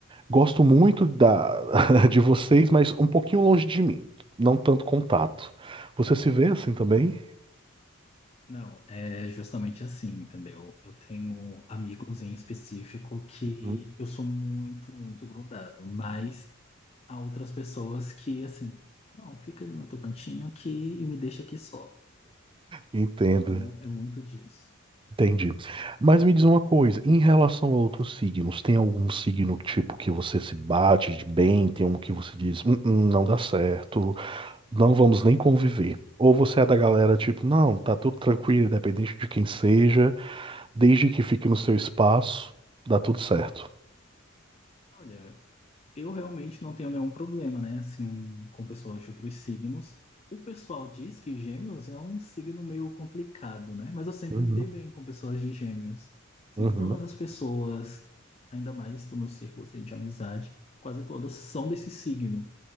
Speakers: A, on the right; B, on the left.
A: Gosto muito da, <laughs> de vocês, mas um pouquinho longe de mim. Não tanto contato. Você se vê assim também?
B: Não, é justamente assim, entendeu? Eu tenho amigos em específico que
A: Uhum.
B: eu sou muito, muito grudado, mas há outras pessoas que, assim, não, fica ali no teu cantinho aqui e me deixa aqui só.
A: Entendo.
B: Então, é muito disso.
A: Entendi. Mas me diz uma coisa, em relação a outros signos, tem algum signo tipo que você se bate de bem, tem um que você diz, "Hum, hum, não dá certo, não vamos nem conviver. Ou você é da galera tipo, não, tá tudo tranquilo, independente de quem seja. Desde que fique no seu espaço, dá tudo certo.
B: Olha, Eu realmente não tenho nenhum problema, né? Assim, com pessoas de outros signos. O pessoal diz que gêmeos é um signo meio complicado, né? Mas eu sempre
A: Uhum,
B: me dei bem com pessoas de gêmeos. Assim,
A: uhum,
B: todas as pessoas, ainda mais do meu círculo assim, de amizade, quase todas são desse signo.